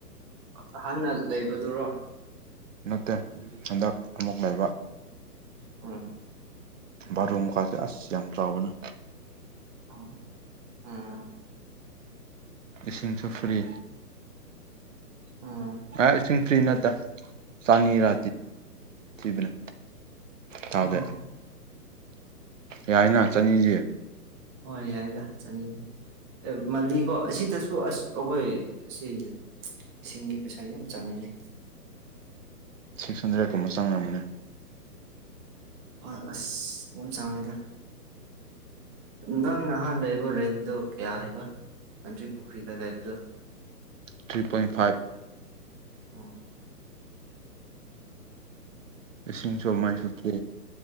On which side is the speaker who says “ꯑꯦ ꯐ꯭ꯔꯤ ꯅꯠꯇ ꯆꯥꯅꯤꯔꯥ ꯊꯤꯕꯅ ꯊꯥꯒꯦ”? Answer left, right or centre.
Right